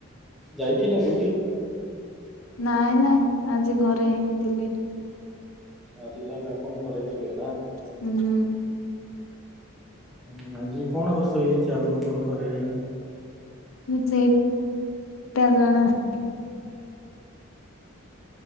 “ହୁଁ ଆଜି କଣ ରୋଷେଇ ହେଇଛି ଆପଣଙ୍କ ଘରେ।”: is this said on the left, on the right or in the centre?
Centre